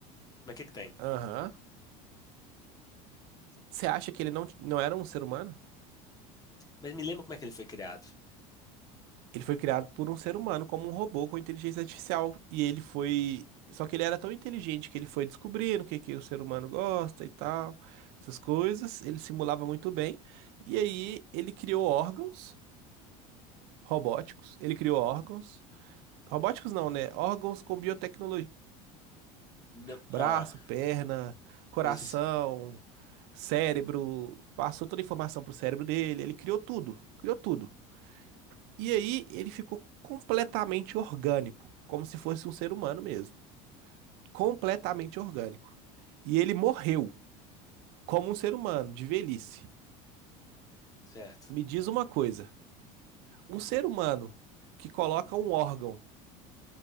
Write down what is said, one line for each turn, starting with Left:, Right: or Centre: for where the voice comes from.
Left: Mas o que que tem?
Right: Aham. Você acha que ele não, não era um ser humano?
Left: Mas me lembra como é que ele foi criado.
Right: Ele foi criado por um ser humano, como um robô com inteligência artificial. E ele foi. Só que ele era tão inteligente que ele foi descobrindo o que que o ser humano gosta e tal, essas coisas. Ele simulava muito bem. E aí ele criou órgãos robóticos. Ele criou órgãos. Robóticos não, né? Órgãos com biotecnologia.
Left: Não-
Right: Braço,
Left: ah,
Right: perna, coração,
Left: mas.
Right: cérebro. Passou toda a informação pro cérebro dele. Ele criou tudo. Criou tudo. E aí ele ficou completamente orgânico, como se fosse um ser humano mesmo. Completamente orgânico. E ele morreu como um ser humano, de velhice.
Left: Certo.
Right: Me diz uma coisa: um ser humano que coloca um órgão